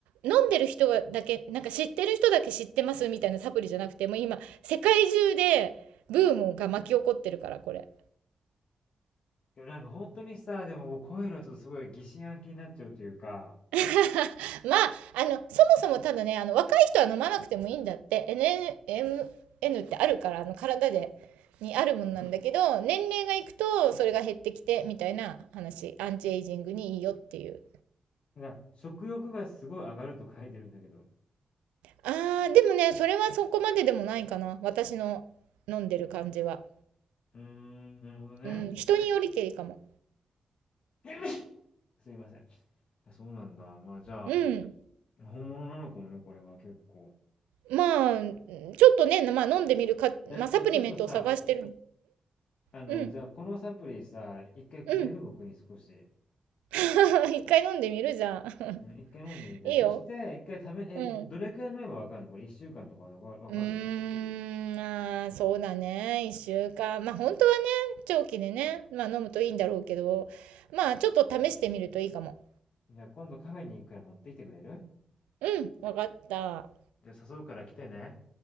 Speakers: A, on the right; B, on the left.
A: の、飲んでる人がだけ、なんか知ってる人だけ知ってますみたいなサプリじゃなくて、もう今、世界中で、ブームが巻き起こってるから、これ。
B: でもなんか本当にさ、でもこういうのはちょっとすごい疑心暗鬼になっちゃうというか、
A: <laughs> まあ、あの、そもそもただね、あの、若い人は飲まなくてもいいんだって、n n エヌエムエヌってあるから、あの、体で、にあるもんなんだけど、年齢がいくと、それが減ってきて、みたいな話、アンチエイジングにいいよっていう。
B: だから、食欲がすごい上がると書いてるんだけど。
A: ああ、でもね、それはそこまででもないかな。私の飲んでる感じは。
B: うーん、なるほどね。
A: うん、人によりけりかも。
B: <laughs> すいません。あそうなんだ。まあ、じゃあ、
A: うん
B: 本物なのかもね、これは結構。
A: まあ、ちょっとね、まあ飲んでみるか、
B: じゃあ、
A: まあサプリメントを探してるの。
B: じゃ、ちょっとさ、
A: ん
B: あの、
A: うん。
B: じゃあ、このサプリさ、一回くれる僕に少し。
A: うん。<laughs> 一回飲んでみるじゃん。
B: うん、一回飲んでみて。
A: <laughs> いいよ。
B: そして、一回ため、え、
A: うん。
B: どれくらい飲めばわかるのこれ一週間とかわかわかる
A: うーん、まあ、そうだね。一週間。まあ本当はね、長期でね、まあ飲むといいんだろうけど、まあちょっと試してみるといいかも。
B: じゃあ、今度カフェに行くから持ってきてくれる
A: うん、わかった。は
B: じゃあ、誘うから来てね。